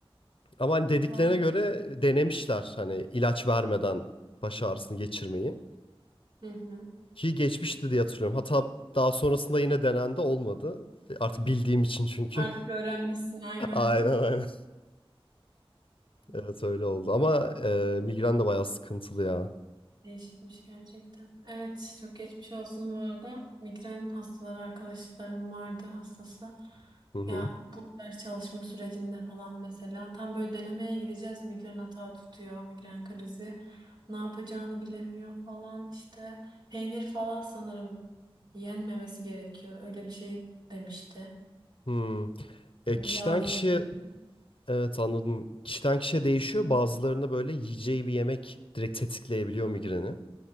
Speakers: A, on the left; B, on the right.
A: Ama hani dediklerine
B: var.
A: göre denemişler hani ilaç vermeden baş ağrısını geçirmeyi.
B: Hı hı.
A: Ki geçmişti diye hatırlıyorum. Hatta daha sonrasında yine denendi olmadı. E, Artık bildiğim için çünkü.
B: Artık öğrenmişsin aynen.
A: <laughs> Aynen aynen.
B: Hı.
A: Evet öyle oldu. Ama e, migren de bayağı sıkıntılı ya.
B: Değişikmiş gerçekten. Evet, çok geçmiş olsun bu arada. Migren hastaları arkadaşlarım vardı hastası.
A: Hı hı.
B: Ya bu ders çalışma sürecinde falan mesela tam böyle denemeye gireceğiz migren atağı tutuyor, migren krizi. Ne yapacağını bilemiyor falan işte. Peynir falan sanırım yenmemesi gerekiyor. Öyle bir şey demişti.
A: Hmm. E, kişiden
B: Yağlı
A: kişiye
B: yedi.
A: evet anladım. Kişiden kişiye değişiyor. Bazılarında böyle yiyeceği bir yemek direkt tetikleyebiliyor migreni.